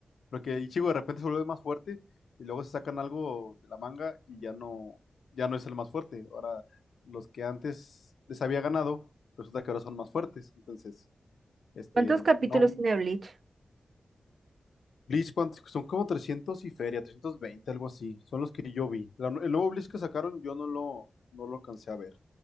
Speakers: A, on the left; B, on the right.
A: Porque Ichigo de repente se vuelve más fuerte y luego se sacan algo de la manga y ya no, ya no es el más fuerte. Ahora, los que antes les había ganado, resulta que ahora son más fuertes. Entonces, este,
B: ¿Cuántos capítulos
A: no.
B: tiene Bleach?
A: Bleach, ¿cuántos? Son como 300 y feria, 320, algo así. Son los que yo vi. La- el nuevo Bleach que sacaron, yo no lo, no lo alcancé a ver.